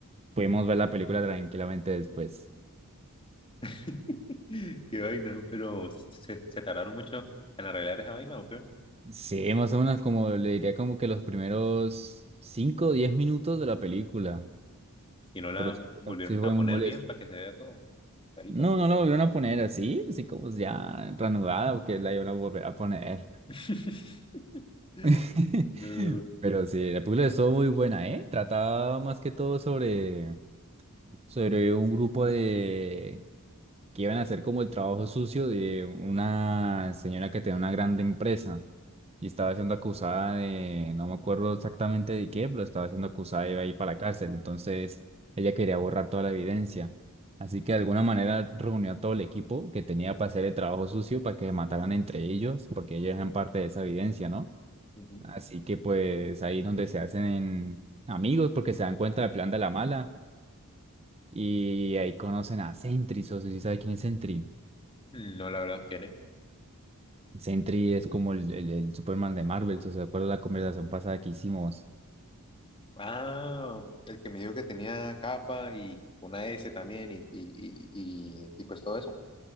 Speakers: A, on the right; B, on the left.
A: Pudimos ver la película tranquilamente después.
B: <laughs> Qué vaina, pero se, se tardaron mucho en arreglar esa vaina, ¿o qué?
A: Sí, más o menos como le diría como que los primeros 5 o 10 minutos de la película,
B: Y no la
A: pero sí
B: volvieron
A: sí fue
B: a poner
A: muy molesto.
B: bien para que se vea todo, clarito.
A: No, no la volvieron a poner así, así como ya reanudada, porque la iban a volver a poner.
B: <laughs>
A: <laughs>
B: No,
A: Pero sí, la película estuvo muy buena, ¿eh? Trataba más que todo sobre, sobre un grupo de que iban a hacer como el trabajo sucio de una señora que tenía una grande empresa y estaba siendo acusada de, no me acuerdo exactamente de qué, pero estaba siendo acusada de ir para la cárcel. Entonces ella quería borrar toda la evidencia. Así que de alguna manera reunió a todo el equipo que tenía para hacer el trabajo sucio para que se mataran entre ellos, porque ellos eran parte de esa evidencia, ¿no?
B: ujú.
A: Así que pues ahí donde se hacen amigos porque se dan cuenta del plan de la mala y ahí conocen a Sentry, o si sabes quién es Sentry.
B: No, la verdad, ¿quién es?
A: Sentry es como el, el- el Superman de Marvel, ¿se acuerda la conversación pasada que hicimos?
B: Ah, el que me dijo que tenía capa y una S también y, y, y, y- y pues todo eso.